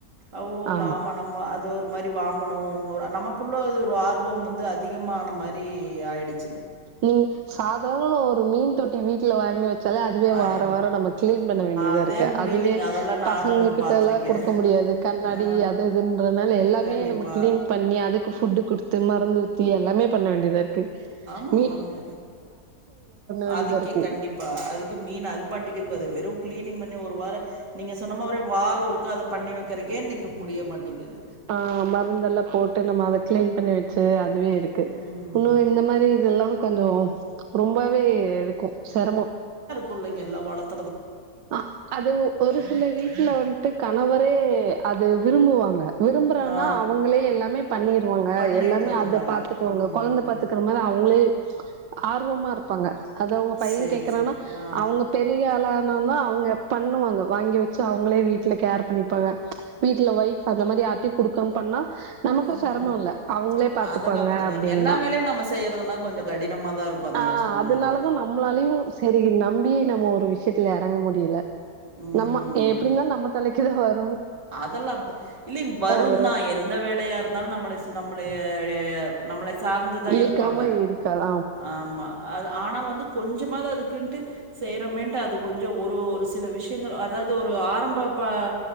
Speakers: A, on the right (about 70°); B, on the right (about 85°).
A: ஓ
B: ஆமா
A: நாம நம்ம அது ஒரு மாதிரி வாங்கணோ ஒரு நமக்குள்ளே அது ஒரு ஆர்வோ வந்து அதிகமான மாரி ஆயிடுச்
B: நீங்க சாதாரண ஒரு மீன் தொட்டி வீட்டுல வாங்கி வெச் ச்சல அதுவே
A: ஆய
B: வாரோ வாரோ நம்ம கிளீன் பண்ண வேண்டியதா
A: அதே
B: இருக்கு
A: முடியலைங்க
B: அதுவே
A: அதெல்லா நானு
B: பசங்க கிட்டலா
A: பாத்திருக்கே
B: குடுக்க முடியாது கண்ணாடி
A: ஆ
B: அது இதுன்றனால எல்லாமே
A: கண்டிப்பா
B: நம்ம கிளீன் பண்ணி அதுக்கு ஃபுட்டு குடுத்து மறந்து ஊத்தி எல்லாமே பண்ண வேண்டியதார்க் கே
A: ஆமாங்க
B: வேண்டியதா
A: அதுக்கே
B: இருக்கு
A: கண்டிப்பா அதுக்கு மீன் அது பாட்டுக்கு இருக்கோ அது வெறும் கிளீனிங் பண்ணி ஒரு வாரோ நீங்க சொன்ன மாரி வாரோ ஒருக்கா அத பண்ணி வெக்குறதுக்கே முடிய மாட்டேங்குது
B: ஆ மருந்தெல்லா போட்டு நம்ம அத கிளீன் பண்ணி வெச்சு அ அதுவே இருக்கு
A: ம்
B: இன்னு இந்த மேரி இதெல்லா கொஞ்சோ ரொம்பவே இருக்கோ செரமோ
A: புள்ளைங்கெல்லா வளத்
B: அ அது ஒரு சில வீட்ல வந்த்ட்டு கணவர் ஹே அது விரும்புவாங்க விரும்புறானா
A: ஆ
B: அவங்களே எல்லாமே பண்ணிருவாங்க
A: பண்ணிடுறதுனால
B: எல்லாமே அத பாத்துக்குவாங்க
A: ம்
B: கொழந்த பாத்துக்குற மாரி அவுங்களே ஆர்வமா இர்க் ப்பாங்க அது அவுங்க பைய
A: சேரி
B: கேக்குறனா
A: சேரிங்க ஆ
B: அவுங்க பெரிய ற்லனாலோ அவுங்க பண்ணுவாங்க வாங்கி வெச்சு அவுங்களே வீட்ல கேர் பண்ணிப்பாங்க வீட்ல ஒய்ஃப் அந்த மாரி யார்டயு குடுக்க பண்ணா நமக்கோ
A: ம்
B: செரமோ இல்ல அவுங்களே பாத்துப்பாங்க
A: அதெல்லா அப்படிதாங்க
B: அப்படீங்ன்னா
A: எல்லா வேலையு நம்ம செய்யறதுன்னா கொஞ்சோ கடினமா தா இருக்கு அந்த
B: ஆ
A: சூழ்நிலையில
B: அதனாலதா நம்மளாலயு செரி நம்பி நம்ம ஒரு வி விஷயத்துல எறங்க முடியுல
A: ம்
B: நம்ம ஏப் எப்டீந்தாலோ நம்ம தலைக்கு தா வரோ
A: அதெல்லா அப்டி இல்ல வரும்
B: வரு
A: தா எந்த வேலையா இருந்தாலும் நம்மள நம்மளய நம்ளய நம்மள சு சார்ந்துதா
B: இழுக்காம
A: இருப்பாங்க
B: இருக்காது
A: ஆமா அதா ஆனா வந்து கொஞ்சோமா தா அதுக்குன்ட்டு செய்கிறோமேன்ட்டு அது கொஞ்சோ ஒரு ஒரு சில விஷயங்கள் அதாவது ஒரு ஆரம்ப பா